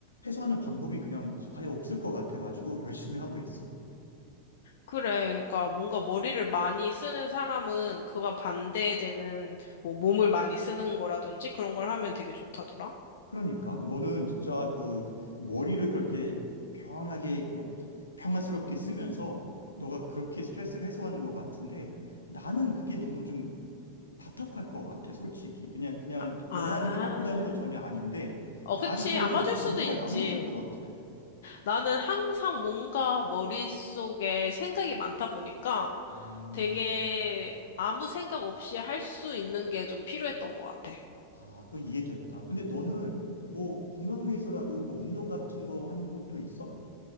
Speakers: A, on the left; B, on the left.
A: 해소하는 방법이 그냥 아예 없을 것 같아가지고 열심히 하고 있어.
B: 그래. 그러니까 뭔가 머리를 많이 쓰는 사람은 그와 반대되는 뭐 몸을 많이 쓰는 거라든지 그런 걸 하면 되게 좋다더라.
A: 그러니까 너는 진짜 그 머리를 그렇게 편하게 그냥 평화스럽게 쓰면서 너가 그렇게 스트레스를 해소하는 것 같은데 나는 그게 너무 좀 답답할 것 같아, 솔직히. 그냥, 그냥
B: 아, 아.
A: 너가 하는 게 나쁘다는 건 전혀 아닌데,
B: 어,
A: 나한테는
B: 그치. 안 맞을 수도
A: 안 맞,
B: 있지.
A: 안 맞을 것 같아.
B: 나는 항상 뭔가 머릿속에 생각이 많다 보니까
A: 와,
B: 되게 아무 생각 없이 할 수 있는 게 좀 필요했던 것 같아.
A: 아, 그건 이해된다. 근데 너는 뭐 건강 위해서라도 뭐 운동 같은 거 하는 것도 있어?